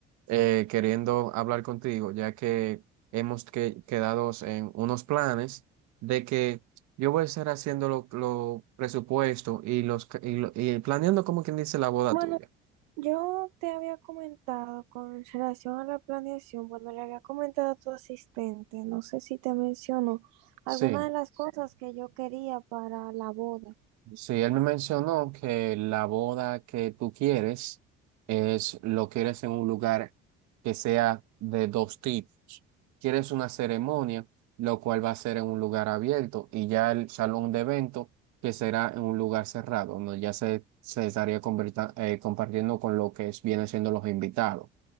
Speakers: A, on the right; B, on the right.
A: eh, queriendo hablar contigo, ya que hemos que- quedado en unos planes de que yo voy a estar haciendo los lo lo presupuesto y, los, ca- y, lo- y planeando, como quien dice, la boda
B: Bueno,
A: tuya.
B: yo te había comentado con relación a la planeación, bueno, le había comentado a tu asistente, no sé si te mencionó algunas
A: Sí.
B: de las cosas que yo quería para la boda.
A: Sí, él me mencionó que la boda que tú quieres es lo quieres en un lugar que sea de dos tipos. Quieres una ceremonia, lo cual va a ser en un lugar abierto, y ya el salón de evento, que será en un lugar cerrado, donde ya se, se estaría converta- eh, compartiendo con lo que es, vienen siendo los invitados.